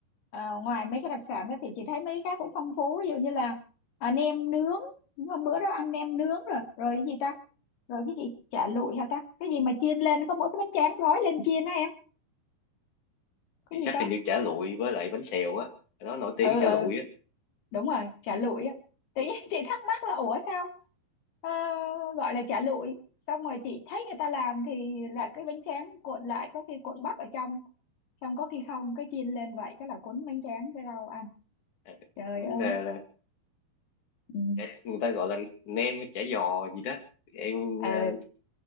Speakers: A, on the left (about 75°); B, on the left (about 55°).
A: ờ, ngoài mấy cái đặc sản đó thì chị thấy mấy cái khác cũng phong phú ví dụ như là à, nem nướng Đúng, hôm bữa đó ăn nem nướng rồi rồi cái gì ta rồi cái gì chả lụi hả ta cái gì mà chiên lên có mỗi cái bánh tráng gói lên chiên á em cái
B: thì
A: gì
B: chắc
A: ta
B: hình như chả lụi với lại bánh xèo á ở đó nổi
A: ừ
B: tiếng
A: ừ
B: chả lụi á
A: đúng rồi chả lụi á tự nhiên <laughs> chị thắc mắc là ủa sao ờ, gọi là chả lụi xong rồi chị thấy người ta làm thì là cái bánh tráng cuộn lại có khi cuộn bắp ở trong xong có khi không cái chiên lên vậy chắc là cuốn bánh tráng với rau ăn
B: à,
A: trời
B: như
A: ơi
B: là là
A: ừ.
B: chả, người ta gọi là nem với chả giò gì đó em
A: ờ
B: ờ,